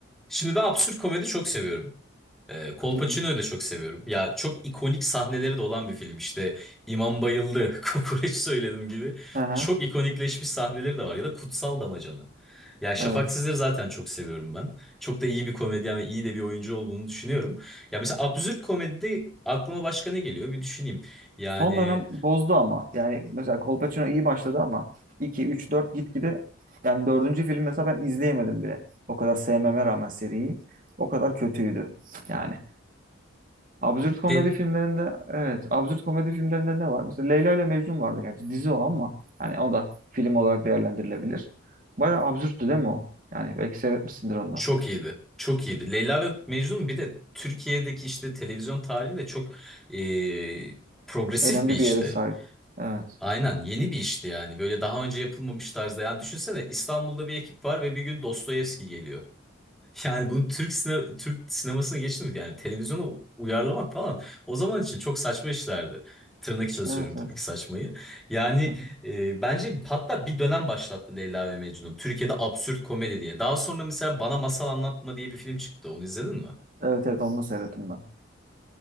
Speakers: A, in the centre; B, on the right.
A: Şimdi ben absürt komedi çok seviyorum. E, Kolpaçino'yu
B: Hı hı.
A: da çok seviyorum. Ya çok ikonik sahneleri de olan bir film. İşte İmam bayıldı, <laughs> kokoreç söyledim gibi.
B: Hı hı.
A: Çok ikonikleşmiş sahneleri de var. Ya da Kutsal Damacana. Ya Şafak
B: Evet.
A: Sezer'i zaten çok seviyorum ben. Çok da iyi bir komedyen ve iyi de bir oyuncu olduğunu düşünüyorum. Ya mesela absürt komedide aklıma başka ne geliyor bir düşüneyim. Yani
B: Son dönem bozdu ama. Yani mesela Kolpaçino iyi başladı ama 2, 3, 4 gitgide yani dördüncü film mesela ben izleyemedim bile. O kadar sevmeme rağmen seriyi. O kadar kötüydü. Yani. Absürt komedi
A: de
B: filmlerinde evet. Absürt komedi filmlerinde ne var? Mesela Leyla ile Mecnun vardı gerçi. Dizi o ama. Hani o da film olarak değerlendirilebilir. Bayağı absürttü değil mi o? Yani belki seyretmişsindir onu
A: çok
B: da.
A: iyiydi. Çok iyiydi. Leyla ve Mecnun bir de Türkiye'deki işte televizyon tarihinde çok e, progresif
B: Önemli
A: bir işti.
B: bir yere sahip. Evet.
A: Aynen yeni bir işti yani. Böyle daha önce yapılmamış tarzda. Yani düşünsene İstanbul'da bir ekip var ve bir gün Dostoyevski geliyor. <laughs> Yani bunu Türk sine Türk sinemasına geçti mi? Yani televizyona uyarlamak falan. O zaman için çok saçma işlerdi. Tırnak içinde söylüyorum
B: Evet,
A: tabii
B: evet.
A: ki saçmayı. Yani
B: Hı hı.
A: e, bence hatta bir dönem başlattı Leyla ve Mecnun. Türkiye'de absürt komedi diye. Daha sonra mesela Bana Masal Anlatma diye bir film çıktı. Onu izledin mi?
B: Evet, evet onu da seyrettim ben.